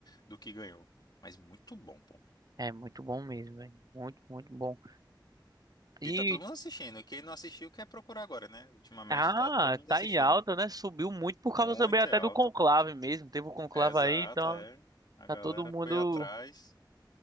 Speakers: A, on the left (about 60°); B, on the right (about 50°).
A: do que ganhou. Mas muito bom, pô.
B: É muito bom mesmo, velho. Muito, muito bom. E,
A: E tá todo mundo assistindo. E quem não assistiu quer procurar agora, né? Ultimamente
B: ah,
A: tá todo mundo
B: tá
A: assistindo.
B: em alta, né? Subiu muito por
A: Muito
B: causa também até
A: é alta.
B: do conclave mesmo. Teve o conclave
A: É exato,
B: aí, então
A: é. A
B: tá
A: galera
B: todo mundo.
A: foi atrás.